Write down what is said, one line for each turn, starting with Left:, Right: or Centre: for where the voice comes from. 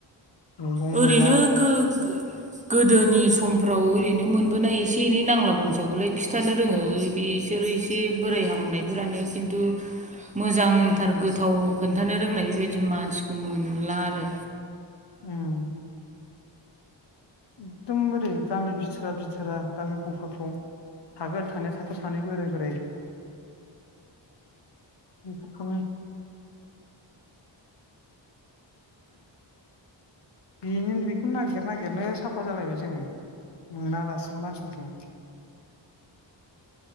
Left: मैगं
Right: ओरैनो
Left: मैला
Right: गो गोदोनि समफ्राव ओरैनो मोनबोनाय एसे एनै नांला बंसाखौलाय खिथानो रोङो बिसोरो एसे बोरायहांनायफोरानो खिन्थु मोजांथार गोथाव खोन्थानो रोंनाय बेबायदि मानसिखौ मोनला आरो।
Left: उम एखदम बोरै गामि बिथोरा बिथोरा गामि गफाफ्राव थागोन थानाया साफा सानैबो बोराय बोराय बेफोरखौनो बे बेखौ नागिर नागिरनो साफा जालायबाय जोङो मोना दासिम मानसिफोरखौ।